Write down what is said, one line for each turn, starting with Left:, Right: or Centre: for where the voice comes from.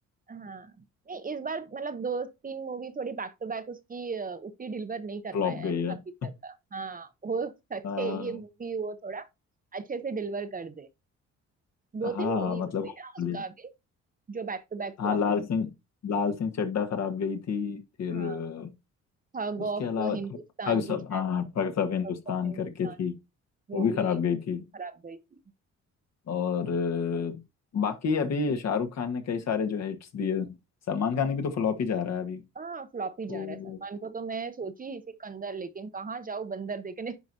Right: हाँ नहीं इस बार मतलब दो तीन मूवी थोड़ी बैक टू बैक उसकी अ, उतनी डिलीवर नहीं कर
Left: फ्लॉप
Right: पाया
Left: गई
Right: है ना
Left: है
Right: अभी
Left: <laughs>
Right: तक का हाँ हो सके
Left: अह,
Right: ये मूवी वो थोड़ा अच्छे से डिलीवर कर दे दो
Left: हाँ
Right: तीन मूवीज
Left: मतलब
Right: हो गई
Left: hopefully।
Right: ना उसका अभी जो बैक टू बैक फ्लॉप
Left: हाँ लाल
Right: हुई
Left: सिंह लाल सिंह चड्ढा खराब गई थी फिर
Right: हाँ
Left: अह,
Right: थग
Left: उसके
Right: ऑफ
Left: अलावा
Right: हिंदुस्तान
Left: ठग
Right: थी
Left: सब
Right: शायद
Left: हाँ ठग सब हिंदुस्तान
Right: थग ऑफ हिंदुस्तान
Left: करके थी
Right: वो
Left: वो भी खराब
Right: भी
Left: गई थी
Right: खराब गई थी
Left: और अह, बाकी अभी शाहरुख खान ने कई सारे जो हिट्स दिए सलमान खान भी तो फ्लॉप ही जा रहा है अभी
Right: हाँ फ्लॉप
Left: तो
Right: ही जा रहा है सलमान को तो मैं सोची इसी कंदर लेकिन कहाँ जाऊँ बंदर देखने